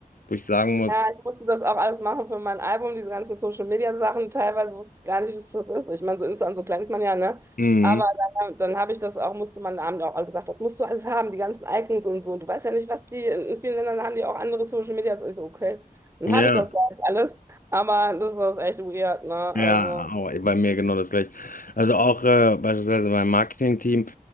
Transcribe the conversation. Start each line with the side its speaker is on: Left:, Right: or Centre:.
Left: wo ich sagen muss,
Right: Ja, ich musste das auch alles machen für mein Album, diese ganzen Social-Media-Sachen. Teilweise wusste ich gar nicht, was das ist. Ich meine, so Insta und so kennt man ja, ne?
Left: mhm,
Right: Aber dann, dann habe ich das auch, musste man Abend auch alle gesagt, das musst du alles haben, die ganzen Icons und so. Du weißt ja nicht, was die, in vielen Ländern haben die auch andere Social-Medias. Ich so, okay. Dann
Left: ja,
Right: habe ich das da jetzt alles. Aber das ist echt weird, ne?
Left: ja,
Right: Also,
Left: auch bei mir genau das gleiche. Also auch äh, beispielsweise beim Marketing-Team,